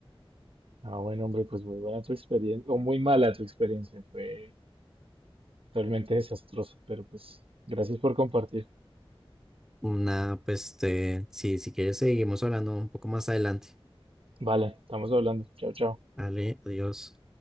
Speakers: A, on the right; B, in the centre.
A: Ah, bueno, hombre, pues muy buena tu experiencia, o muy mala tu experiencia, fue realmente desastroso, pero pues gracias por compartir.
B: Nada, pues, este, sí, si quieres seguimos hablando un poco más adelante.
A: Vale, estamos hablando. Chao, chao.
B: Dale, adiós.